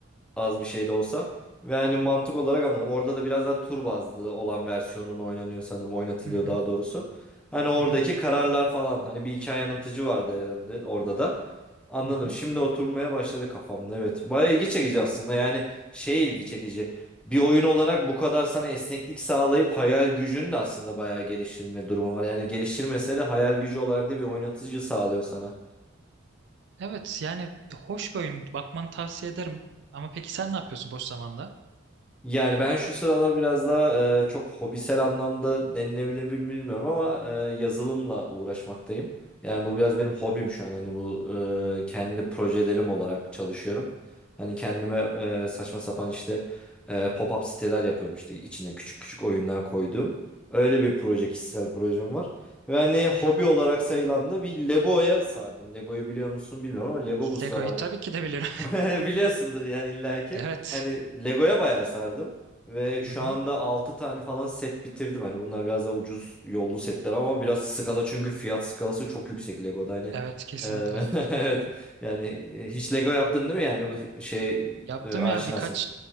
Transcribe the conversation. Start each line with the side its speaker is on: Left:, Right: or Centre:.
Centre: az bir şey de olsa. Ve hani mantık olarak anladım. Orada da biraz daha tur bazlı olan versiyonun oynanıyor sanırım. Oynatılıyor
Right: Hı hı.
Centre: daha doğrusu. Hani oradaki
Right: Hı hı.
Centre: kararlar falan. Hani bir hikaye anlatıcı vardı herhalde orada da. Anladım.
Right: Hı hı.
Centre: Şimdi oturmaya başladı kafamda. Evet. Baya ilgi çekici aslında. Yani şey ilgi çekici. Bir oyun olarak bu kadar sana esneklik sağlayıp hayal gücünü de aslında bayağı geliştirme durumu var. Yani geliştirmese de hayal gücü olarak da bir oynatıcı sağlıyor sana.
Right: Evet yani hoş bir oyun. Bakmanı tavsiye ederim. Ama peki sen ne yapıyorsun boş zamanda?
Centre: Yani ben şu sıralar biraz daha e, çok hobisel anlamda denilebilir mi bilmiyorum ama e, yazılımla uğraşmaktayım. Yani bu biraz benim hobim şu an. Hani bu e, kendi projelerim olarak çalışıyorum. Hani kendime e, saçma sapan işte e, pop-up siteler yapıyorum işte içine küçük küçük oyunlar koyduğum. Öyle bir proje, kişisel projem var. Ve hani hobi olarak sayılan da bir Lego'ya sardım. Lego'yu biliyor musun bilmiyorum ama Lego bu sıralar
Right: Lego'yu tabii ki de bilirim.
Centre: <laughs> Biliyorsundur yani illaki.
Right: <laughs> Evet.
Centre: Hani Lego'ya bayağı sardım. Ve şu
Right: Hı hı.
Centre: anda 6 tane falan set bitirdim. Hani bunlar biraz da ucuz yollu setler ama biraz skala çünkü fiyat skalası çok yüksek Lego'da. Hani
Right: Evet kesinlikle.
Centre: e, <laughs> evet yani e, hiç Lego yaptın değil mi yani bu şey
Right: Yaptım
Centre: e, aşinasın.
Right: ya birkaç